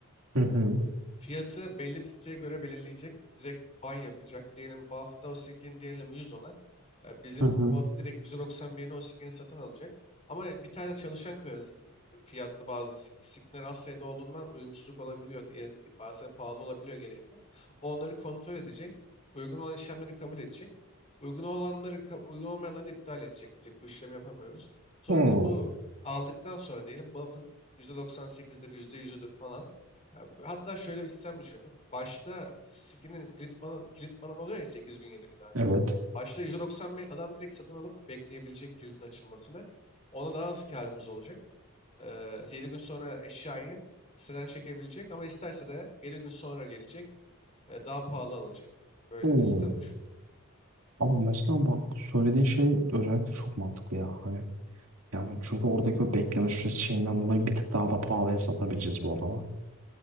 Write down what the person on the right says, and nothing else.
Hı hı.
Hı hı.
Hı.
Evet.
Hı.
Abi mesela bak bu söylediğin şey özellikle çok mantıklı ya. Hani yani çünkü oradaki o bekleme süresi şeyinden dolayı bir tık daha da pahalıya satabileceğiz bu adama.